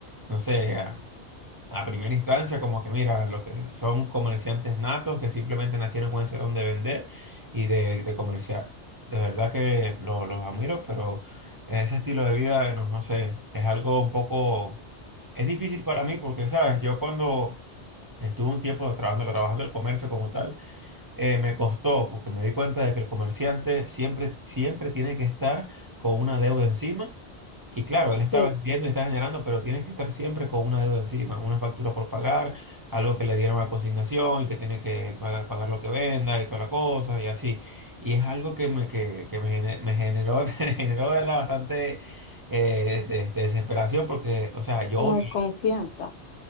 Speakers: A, on the right; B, on the left.
A: no sé, a primera instancia, como que mira, los que son comerciantes natos que simplemente nacieron con ese don de vender y de, de comerciar. De verdad que lo- los admiro, pero ese estilo de vida, no, no sé, es algo un poco, es difícil para mí porque, ¿sabes? Yo cuando estuve un tiempo trabajando, trabajando el comercio como tal, eh, me costó porque me di cuenta de que el comerciante siempre, siempre tiene que estar con una deuda encima. Y claro, él está
B: Sí,
A: vendiendo y está generando, pero tienes que estar siempre con una deuda encima, una factura por pagar, algo que le dieron a consignación y que tiene que pagar, pagar lo que venda y toda la cosa y así. Y es algo que me, que, que me, gene- me generó, <laughs> me generó de verdad, bastante eh, de- de desesperación porque, o sea, yo
B: Como
A: odio.
B: desconfianza,